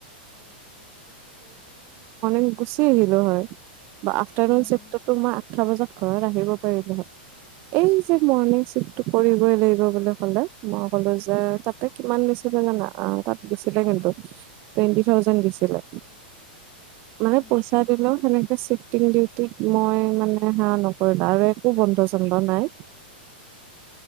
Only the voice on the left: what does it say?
উম
উম
<inaudible>